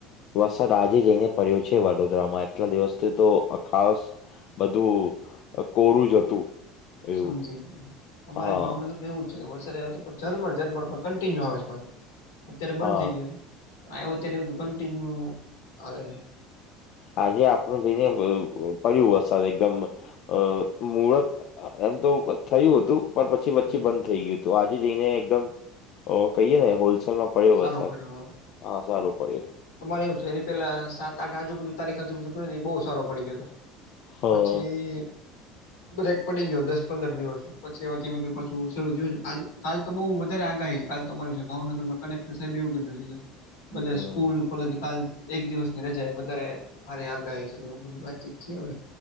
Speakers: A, on the left (about 60°); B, on the left (about 80°).
A: વરસાદ આજે જઈને પડ્યો છે વડોદરામાં એટલા દિવસથી તો ખાસ બધું કોરું જ હતું. એવું
B: સમજી અમારે
A: હા
B: ભાવનગર એવુ, વરસાદ આવ્યો તો પણમણ ઝમણ <unintelligible> પણ કન્ટિન્યુ આવે છે પાછ અત્યારે બંધ
A: હા
B: થઈ ગયો છે. આવ અત્યારે એવધું કિન્યુ <unintelligible> આવેલે છે
A: આજે આપણું જઈને પડ્યું વસાત એકદમ <inaudible> <unintelligible> અ મુરત એમ તો થયું હતું. પછી પછીબંધ
B: હમ
A: થઈ ગયું હતું આજે જઈને એકદમ કહીએ ને હોલસેલમાં, પડ્યો
B: સારો
A: વરસાદ
B: પડ્યો
A: હા સારું પડ્યું.
B: અમારે એવું છે એ પેલા સાત આઠ આજુ બુધુ તારીખ આજુ બધું કેું ન બહુ સારો પડી ગયો હતો.
A: હા
B: પછી બ્રેક પડી ગયો દસ પંદર દિવસ, પછી હવે પાછું શરૂ થયું કાલ તો બઉુ વધારે આગાહી છે. કાલ તમારી વિ ભાવનગર માં, કલેક્ટર સાહેબ એવું કીધું છે, કે બધા
A: હમ
B: સ્કૂલ કોલેજ, એક દિવસની રજા વધારે માારે આ ગાય છે એવું બધી વાતચીત છે હવે,